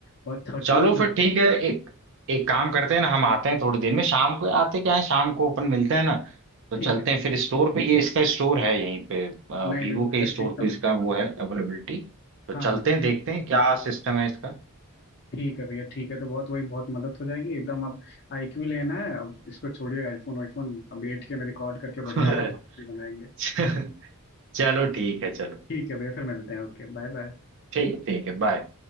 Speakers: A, on the left; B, on the right.
A: और थर्टीन
B: चलो
A: जो
B: फिर
A: है
B: ठीक है एक एक काम करते हैं ना हम आते हैं थोड़ी देर में शाम को आते क्या है शाम को अपन मिलते हैं ना तो
A: ठीक
B: चलते
A: है
B: हैं
A: ठीक
B: फिर
A: है
B: स्टोर पे ये इसका स्टोर है यहीं पे
A: नहीं
B: वीवो
A: नहीं तो
B: के
A: फिर
B: स्टोर
A: एकदम
B: पे इसका वो है अवेलेबिलिटी तो चलते
A: हाँ हाँ
B: हैं देखते हैं क्या सिस्टम है इसका
A: ठीक है भैया ठीक है तो बहुत वही बहुत मदद हो जाएगी एकदम अब आईक्यू लेना है अब इसको छोड़िए आईफोन आईफोन अब एट के में रिकॉर्ड करके
B: <laughs>
A: बढ़िया डॉक्यूमेंट्री बनाएंगे
B: चलो ठीक है चलो
A: ठीक है भैया फिर मिलते हैं Okay bye bye
B: ठीक ठीक है बाय